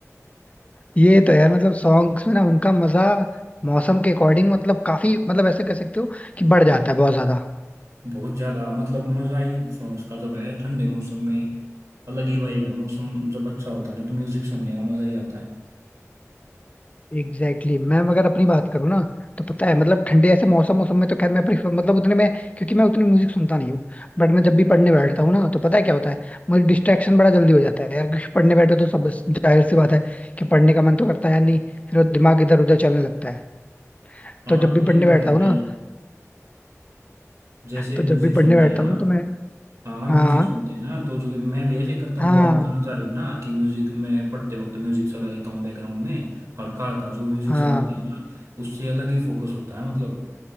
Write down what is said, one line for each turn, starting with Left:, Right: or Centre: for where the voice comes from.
Left: ये तो यार मतलब सॉन्ग्स में ना उनका मजा मौसम के अकॉर्डिंग मतलब काफी मतलब ऐसे कह सकते हो कि बढ़ जाता है बहुत ज्यादा
Right: बहुत ज्यादा मतलब मजा ही सॉन्ग्स का जब है ठंडे मौसम में अलग ही वाइब है मौसम जब अच्छा होता है ना तो म्यूजिक सुनने का मजा ही आता है
Left: Exactly exactly. मैं अगर अपनी बात करूँ ना तो पता है मतलब ठंडे ऐसे मौसम मौसम में तो खैर मैं प्रीफर मतलब उतने में क्योंकि मैं उतनी म्यूजिक सुनता नहीं हूँ बट मैं जब भी पढ़ने बैठता हूँ ना तो पता है क्या होता है मुझे डिस्ट्रैक्शन बड़ा जल्दी हो जाता है यार क्योंकि पढ़ने बैठो तो सब जाहिर सी बात है कि पढ़ने का मन तो करता है नहीं फिर वो दिमाग इधर उधर चलने लगता है
Right: हाँ
Left: तो जब भी पढ़ने
Right: ये तो
Left: बैठता
Right: है
Left: हूँ
Right: भाई
Left: ना
Right: जैसे
Left: तो
Right: म्यूजिक
Left: जब भी
Right: सुनते
Left: पढ़ने बैठता
Right: हैं ना
Left: हूँ ना तो मैं
Right: हाँ म्यूजिक
Left: हाँ
Right: सुनते हैं ना तो जो मैं भी ऐसे करता हूँ
Left: हाँ
Right: जो आप बताना चाह रहे हो ना कि म्यूजिक मैं पढ़ते वक्त म्यूजिक चला लेता हूँ बैकग्राउंड में हल्का हल्का जो म्यूजिक
Left: हाँ
Right: चलाते हैं ना उससे अलग ही फोकस होता है मतलब